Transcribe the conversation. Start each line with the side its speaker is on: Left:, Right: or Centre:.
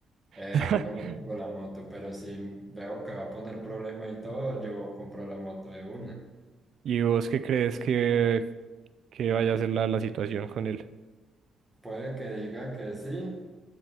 Centre: Eh,
Right: <laughs>
Centre: yo no me compro la moto, pero si veo que va a poner problema y todo, yo compro la moto de una.
Right: ¿Y vos qué crees que, que vaya a ser la, la situación con él?
Centre: Puede que diga que sí